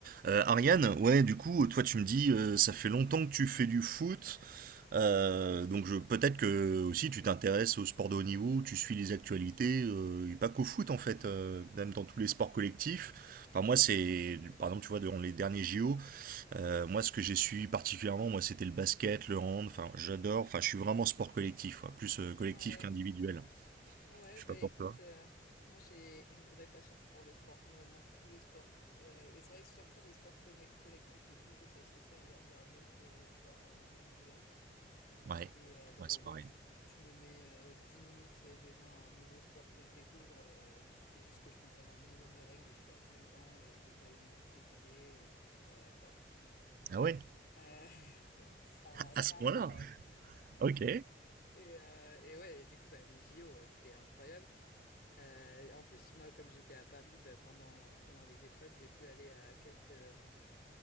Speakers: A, on the right; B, on the left.
A: Euh, Ariane, ouais, du coup, toi tu me dis, euh, ça fait longtemps que tu fais du foot, euh, donc je- peut-être que aussi tu t'intéresses au sport de haut niveau, tu suis les actualités, euh, et pas qu'au foot en fait, euh, même dans tous les sports collectifs. Enfin moi c'est, par exemple tu vois, dans les derniers JO, euh, moi ce que j'ai suivi particulièrement, moi c'était le basket, le hand, enfin j'adore, enfin je suis vraiment sport collectif, quoi, plus euh, collectif
B: Ouais,
A: qu'individuel.
B: ouais,
A: Je sais
B: bah
A: pas pour
B: écoute,
A: toi.
B: euh, moi j'ai une vraie passion pour les sports, vraiment tous les sports. Euh, et c'est vrai que surtout les sports conne- collectifs, j'ai plus de facilité à les regarder que les sports euh, individuels.
A: Ouais,
B: Et euh, donc
A: ouais
B: en
A: c'est
B: gros,
A: pareil.
B: tu, tu me mets euh, 10 minutes devant un nouveau sport que je découvre, euh, suffit juste que je comprenne un minimum les règles et je suis à fond dedans et j'ai déjà une équipe préférée, et, euh, voilà quoi.
A: Ah ouais,
B: Euh, <laughs> ça,
A: à ce
B: ça
A: point-là.
B: arrive, ouais.
A: Ok.
B: Et, euh, et ouais, et du coup, bah, les JO, ouais, c'était incroyable. Euh, en plus, moi, comme j'étais à Paris, bah, pendant, euh, pendant les épreuves, j'ai pu aller à quelques, euh,